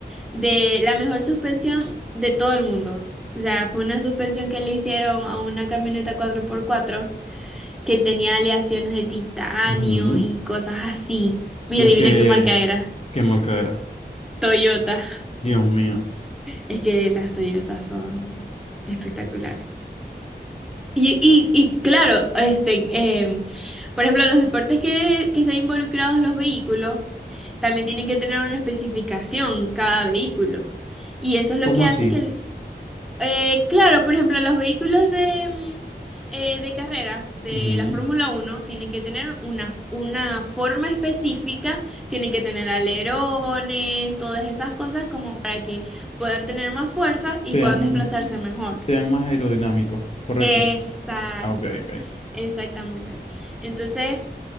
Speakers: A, in the centre; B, on the left.
A: de la mejor suspensión de todo el mundo. O sea, fue una suspensión que le hicieron a una camioneta cuatro por cuatro que tenía aleaciones de titanio
B: Ujú.
A: y cosas así. Y
B: La
A: adivina
B: que,
A: qué marca era.
B: qué marca era.
A: Toyota.
B: Dios mío.
A: Es que las Toyotas son espectaculares. Y, y, y claro, este, em, por ejemplo, los deportes que, que están involucrados los vehículos también tienen que tener una especificación cada vehículo. Y eso es lo
B: ¿Cómo
A: que hace
B: así?
A: que el Eh, claro, por ejemplo, los vehículos de, mm, eh, de carrera de
B: Ujú.
A: la Fórmula uno tienen que tener una, f- una forma específica, tienen que tener alerones, todas esas cosas como para que puedan tener más fuerza y
B: Sean,
A: puedan desplazarse mejor.
B: sean más aerodinámicos, correcto.
A: Exacto,
B: Ah, ok, ok.
A: exactamente. Entonces,